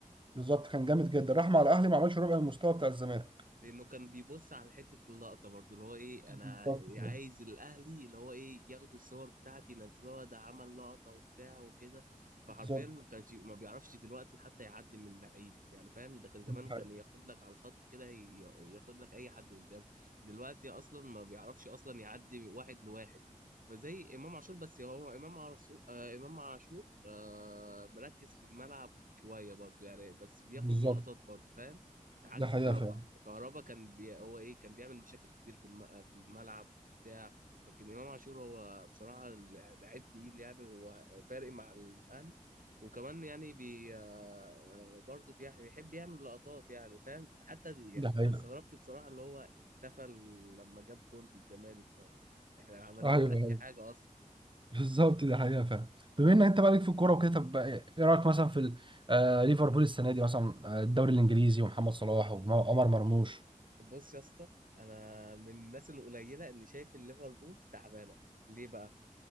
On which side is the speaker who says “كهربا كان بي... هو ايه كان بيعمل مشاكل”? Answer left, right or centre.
Right